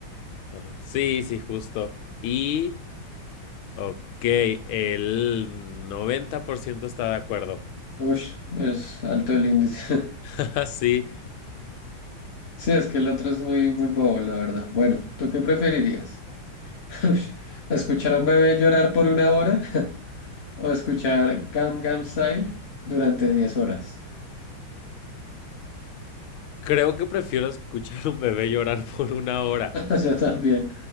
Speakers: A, on the left; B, on the left.
A: Ajá, Sí, sí, justo. Y, ok, el 90% está de acuerdo.
B: Ush, es alto el índice. <laughs>
A: <laughs> Sí,
B: Sí, es que el otro es muy, muy bobo, la verdad. Bueno, ¿tú qué preferirías? <laughs> Ush, ¿escuchar a un bebé llorar por una hora <laughs> o escuchar Gangnam Style durante 10 horas?
A: creo que prefiero escuchar a un bebé llorar por una hora.
B: <laughs> Yo también,